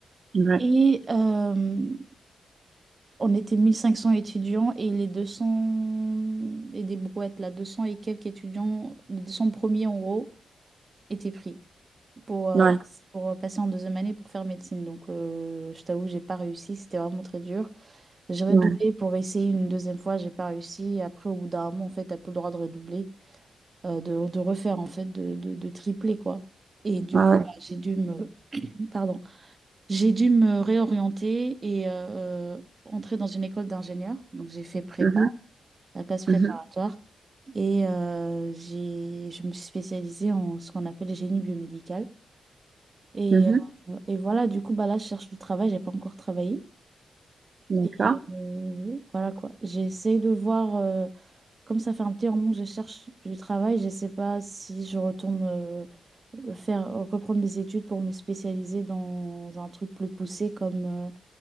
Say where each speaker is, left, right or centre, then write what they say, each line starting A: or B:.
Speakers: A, on the right (about 55°); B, on the right (about 40°).
A: ouais
B: et euh, on était 1500 étudiants et les 200 et des brouettes, là, 200 et quelques étudiants, les 200 premiers en gros, étaient pris pour, euh,
A: ouais
B: pour euh, passer en deuxième année pour faire médecine. Donc, euh, je t'avoue, j'ai pas réussi, c'était vraiment très dur. J'ai redoublé
A: ouais
B: pour essayer une deuxième fois, j'ai pas réussi. Après, au bout d'un moment, en fait, t'as plus le droit de redoubler, euh, de, de refaire, en fait, de, de, de tripler, quoi. Et du
A: ouais
B: coup,
A: ouais.
B: bah, j'ai dû me, pardon, j'ai dû me réorienter et euh, entrer dans une école d'ingénieur. Donc, j'ai fait prépa
A: Mhm.
B: la classe préparatoire.
A: Mhm.
B: Et euh, j'ai, je me suis spécialisée en ce qu'on appelle le génie biomédical. Et,
A: Mhm.
B: euh, et voilà, du coup, bah là, je cherche du travail, j'ai pas encore travaillé.
A: d'accord
B: Et euh, voilà quoi. J'essaie de voir, euh, comme ça fait un petit moment que je cherche du travail, je sais pas si je retourne euh, faire, reprendre mes études pour me spécialiser dans un truc plus poussé comme